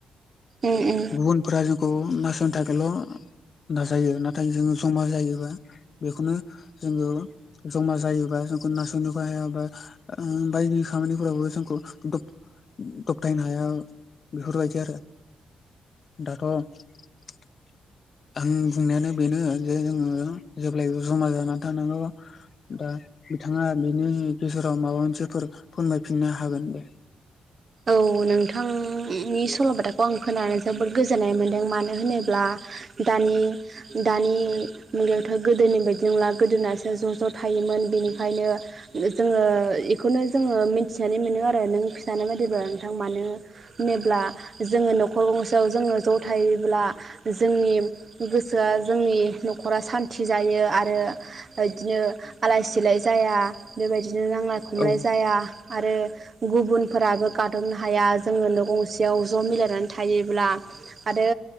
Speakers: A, on the right; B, on the left.
A: ओ ओ
B: गुबुनफोरा जोंखौ नासयनो थाखायल' नाजायो नाथाय जोङो जमा जायोबा बेखौनो जोंङो जमा जायोबा जोंखौ नासयनोबो हायाबा उम बायदि खामानिफोरावबो जोंखौ दब दबथायनो हाया बेफोरबायदि आरो दाथ' <inaudible> आं बुंनायानो बेनो जे जोंङो जेब्लायबो जमा जानानै थानांगौ दा बिथांङा बेनि गेजेराव माबा मोनसेफोर फोरमायफिननो हागोन दे
A: औ नोंथांनि सल'बाथाखौ आं खोनानो जोबोद गोजोननाय मोन्दों मानो होनोब्ला दानि दानि मुगायाथ' गोदोनि बायदि नंला गोदोनासो ज' ज' थायोमोन बेनिखायनो जोंङो इखौनो जोंङो मिथिनानै मोनो आरो नों फिथानाय बायदिब्ला नोंथां मानो जेब्ला जोङो न'खर गंसेयाव जोङो ज' थायोब्ला जोंनि गोसोआ जोंनि न'खरा सान्थि जायो आरो इदिनो आलाय सिलाय जाया बेबायदिनो नांलाय खमलाय
B: औ
A: जाया आरो गुबुनफोराबो गादबनो हाया जोङो ननो गंसेयाव ज' मिलायनानै थायोब्ला आरो